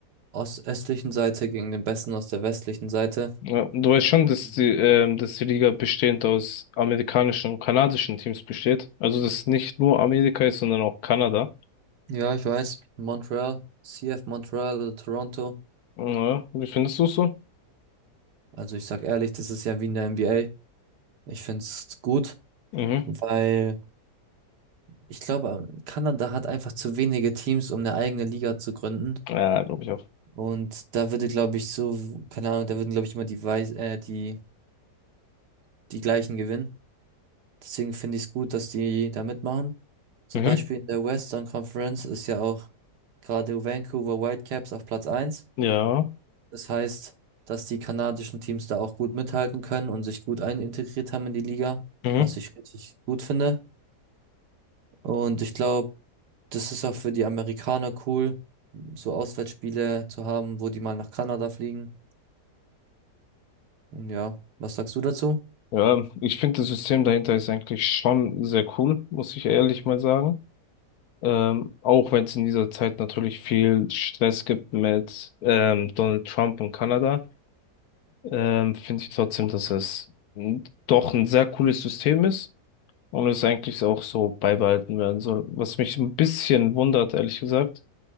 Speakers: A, on the right; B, on the left.
A: ostöstlichen Seite gegen den Besten aus der westlichen Seite.
B: Ja, du weißt schon,
A: Und
B: dass
A: wenn-
B: die, ähm, dass die Liga bestehend aus amerikanischen und kanadischen Teams besteht. Also, dass nicht nur Amerika ist, sondern auch Kanada.
A: Ja, ich weiß, Montreal, C F Montreal oder Toronto.
B: Ja, wie findest du es so?
A: Also ich sag ehrlich, das ist ja wie in der N B A Ich find's gut,
B: Mhm.
A: weil ich glaube, Kanada hat einfach zu wenige Teams, um eine eigene Liga zu gründen.
B: Ja, glaube ich auch.
A: Und da würde, glaube ich, so, keine Ahnung, da würden, glaube ich, immer die, Weiß, äh, die, die gleichen gewinnen. Deswegen finde ich es gut, dass die da mitmachen. Zum
B: Mhm.
A: Beispiel in der Western Conference ist ja auch gerade Vancouver Whitecaps auf Platz eins
B: Ja.
A: Das heißt, dass die kanadischen Teams da auch gut mithalten können und sich gut einintegriert haben in die Liga,
B: Mhm.
A: was ich richtig gut finde. Und ich glaube, das ist auch für die Amerikaner cool, so Auswärtsspiele zu haben, wo die mal nach Kanada fliegen. Und ja, was sagst du dazu?
B: Ja, ich finde das System dahinter ist eigentlich schon sehr cool, muss ich ehrlich mal sagen. Ähm, auch wenn es in dieser Zeit natürlich viel Stress gibt mit ähm, Donald Trump und Kanada, ähm, finde ich trotzdem, dass es n- doch ein sehr cooles System ist und es eigentlich auch so beibehalten werden soll. Was mich ein bisschen wundert, ehrlich gesagt.